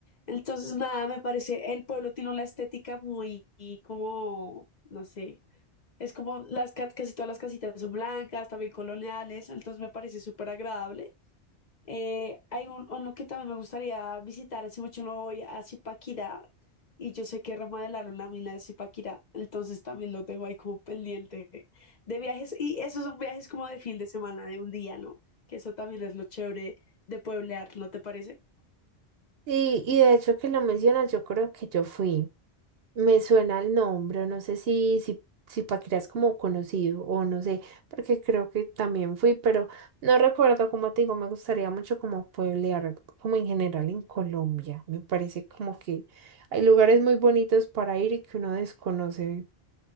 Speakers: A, on the left; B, on the right.
A: Entonces, nada, me parece, el pueblo tiene una estética muy y como, no sé, es como las ca- casi todas las casitas son blancas, también coloniales, entonces me parece súper agradable. Eh, hay un, uno que también me gustaría visitar, hace mucho no voy a Zipaquirá y yo sé que remodelaron la mina de Zipaquirá, entonces también lo tengo ahí como pendiente de viajes y esos son viajes como de fin de semana, de un día, ¿no? Que eso también es lo chévere de pueblear, ¿no te parece?
B: Sí, y de hecho que lo mencionas, yo creo que yo fui. Me suena el nombre, no sé si, si, si Paquirá es como conocido o no sé, porque creo que también fui, pero no recuerdo, como te digo, me gustaría mucho como pueblear, como en general en Colombia. Me parece como que hay lugares muy bonitos para ir y que uno desconoce,